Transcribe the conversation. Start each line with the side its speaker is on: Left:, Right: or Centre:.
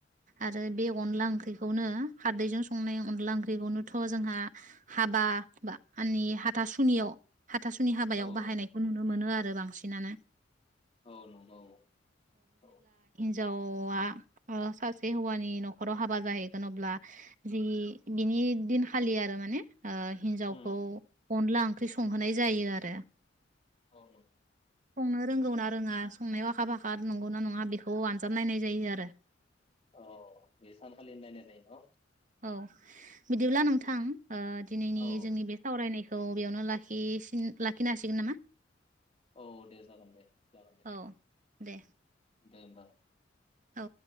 Right: आरो बे अनला ओंख्रिखौनो हारदैजों संनाय अनला ओंख्रिखौनोथ जोंहा हाबा मानानि हाथा सुनियाव हाथासुनि हाबायाव
Left: औ
Right: बाहायनायखौ नुनो मोनो आरो। आरो बांसिनानो।
Left: औ नंगौ औ औ।
Right: हिन्जावा सासे हौवानि नखराव हाबा जाहैगोन अब्ला जि बिनि दिनखालि आरो माने हिन्जावखौ
Left: उम
Right: अनला ओंख्रि संहोनाय जायो आरो।
Left: औ।
Right: संनो रोंगौ ना रोङा संनायाव आखा फाखा नंगौ ना नङा बेखौ आनजाद नायनाय जायो आरो।
Left: अ बे सानखालि नायनाय जायो न?
Right: औ। बिदिब्ला
Left: औ
Right: नोंथां दिनैनि
Left: औ
Right: जोंनि बे सावरायनायखौ थ बेयावनो लाखि लाखिनो हासिगोन नामा?
Left: औ दे जागोन दे जागोन दे।
Right: औ दे
Left: दे होमबा।
Right: औ।